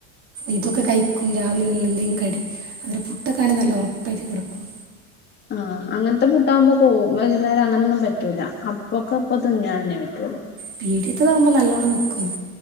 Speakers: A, on the right (about 35°); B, on the left (about 25°).
A: ഇതൊക്കെ കഴിക്കും രാവിലെല്ലെ എന്തെങ്കിലും കടി അതെ പുട്ടൊക്കെ ആണ നല്ല ഉറപ്പായിട്ട് കെടക്കും
B: ആഹ് അങ്ങനത്തെ പുട്ടാവുമ്പോ പോവും വൈകുന്നേരം അങ്ങനെന്നും പറ്റൂല അപ്പോക്കെ അപ്പോ തിന്നാൻ ന്നെ പറ്റൊള്ളൂ
A: പീടിയത്തതാവുമ്പോ നല്ലോണ്ണം നിക്കും